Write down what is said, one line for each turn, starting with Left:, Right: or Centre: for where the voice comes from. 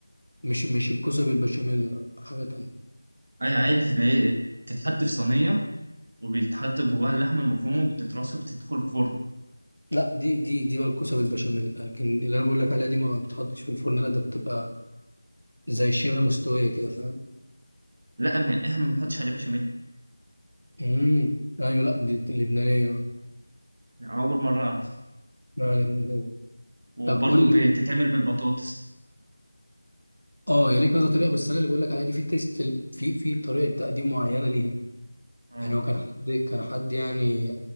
Left: مش مش الكوسة بالبشاميل لا حاجة تانية
Right: انا عارف اللي هي إيه، بتتحط في صينيه وبيتحط جواها اللحمه المفرومه وبتترص وبتدخل الفرن
Left: لا دي دي دي بقى الكوسة بالبشاميل لكن اللي أنا بقول لك عليها دي ما بتحطش في الفرن لا ده بتبقى زي شبه مستوية كده فاهم
Right: لا ما احنا ما بنحطش عليها بشاميل
Left: امم أيوة لا دي اللبنانية آه.
Right: اول مره اعرف
Left: لا، لبنانية.
Right: وبرضه
Left: طب قول لي
Right: بتتعمل بالبطاطس
Left: اه هي ليه كذا طريقة بس أنا اللي بقول لك عليها دي في تيست في في طريقة تقديم معينة ليها
Right: اه
Left: يعني هو كان حد كان حد يعني